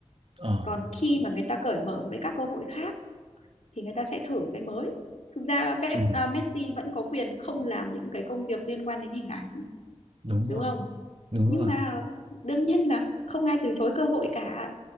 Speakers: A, on the right; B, on the left.
A: ờ
B: còn khi mà người ta cởi mở với các cơ hội khác thì người ta sẽ thử cái mới thực ra Pep,
A: ừ
B: à, Messi vẫn có quyền không làm những cái công việc liên quan đến hình ảnh
A: đúng
B: đúng
A: rồi
B: không
A: đúng
B: nhưng
A: rồi
B: mà đương nhiên là không ai từ chối cơ hội cả